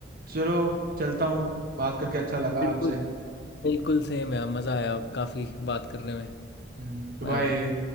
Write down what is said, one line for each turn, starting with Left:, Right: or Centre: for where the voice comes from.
Right: चलो चलता हूँ बात करके अच्छा लगा
Left: बिल्कुल
Right: आपसे
Left: बिल्कुल सेम यार मज़ा आया काफ़ी बात करने में
Right: हम्म, कि भाई
Left: Bye bye